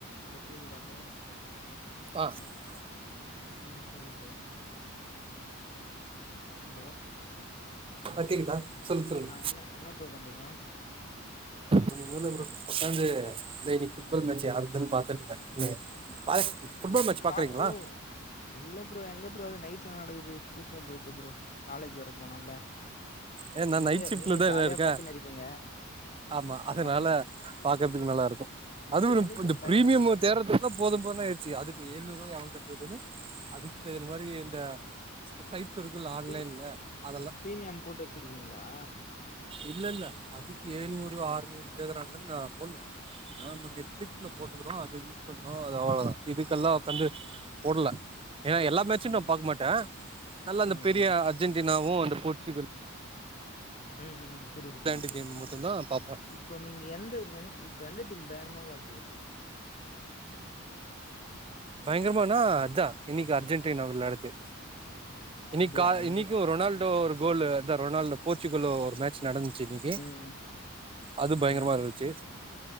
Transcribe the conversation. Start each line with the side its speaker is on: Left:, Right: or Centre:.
Left: Bro கேக்குதா bro
Right: ஆ சொல்லுங்க
Left: ம் சொல்லு ப்ரோ ஹலோ
Right: ஆ கேக்குதா சொல்லுங்க சொல்லுங்க
Left: ஆ என்ன என்ன ப்ரோ பண்றீங்க
Right: ஒண்ணு இல்ல ப்ரோ ஒக்காந்து இந்த இன்னக்கி ஃபுட் பால்
Left: ஆ
Right: மேட்ச் யாருதுன்னு பாத்துட்டுருந்தே பாக் ஃபுட் பால் மேட்ச்
Left: பா
Right: பாக்குறீங்களா
Left: ஓ இல்ல ப்ரோ எங்க ப்ரோ அது நைட்ல நடக்குது தூக்கோ போயிர்து ப்ரோ காலேஜ் வேற போனும்ல
Right: ஏ நா
Left: நீங்க
Right: நைட் ஷிப்ட்லதான
Left: நீங்க ஜாலியா
Right: இருக்கே
Left: பாத்துன்னு இருப்பீங்க
Right: ஆமா அதனால
Left: செம்ம
Right: பாக்குறதுக்கு நல்லா இருக்கு
Left: எந்த
Right: அதுவு
Left: எந்த டீம்
Right: இந்த
Left: பயங்கரமா
Right: பிரீமியம
Left: விளாடுது
Right: தேட்றதுக் ல்லா போது போதுன்னு ஆயருச்சி அதுக்கு எழுநூறு ரூபாய் அவே கட்டுறதுன்னு அதுக்கு தகுந்த மாரி இந்த சைட்ஸ் இருக்குல்ல ஆன்லைன்ல
Left: பிரீம்
Right: அதெல்லா
Left: பிரீமியம் போட்டு வச்சிருக்கீங்களா
Right: இல்ல இல்ல அதுக்கு ஏழுநூறு அறுநூறு கேக்குறாங்கன்னு நா போடல நாம்ம நெட்ஃப்லிக்ஸ்ல போட்டுக்கிறோ அது யூஸ் பண்றோ அது அவ்ளோதா இதுக்கெல்லா உக்காந்து போடல ஏனா எல்லாத் மேட்சு
Left: ம்
Right: நா பாக்க மாட்டே நல்லா அந்த
Left: ஆ
Right: பெரிய
Left: ஆ
Right: அர்ஜென்டினாவு அந்த போர்ச்சுகல்
Left: ம் ம் புரியுது
Right: இங்கிலாந்து
Left: புரியுது
Right: கேம்
Left: ம்
Right: மட்டுந்தா பாப்பே
Left: இப்போ நீங்க எந்த எந் இப்ப எந்த டீம் பேரமா வெளாடுது
Right: பயங்கரம்னா அஜா இன்னைக்கு அர்ஜென்டினா விளையாடுது இன்னைக்கா
Left: அப்டியா
Right: இன்னிக்கு
Left: இன்
Right: ரொனால்டோ ஒரு கோல்லு அதா ரொனால்டோ போர்ச்சுகலோ ஒரு மேட்ச் நடந்துச்சு இன்னைக்கு
Left: ம்
Right: அது பயங்கரமா
Left: ஆ
Right: இருந்துச்சு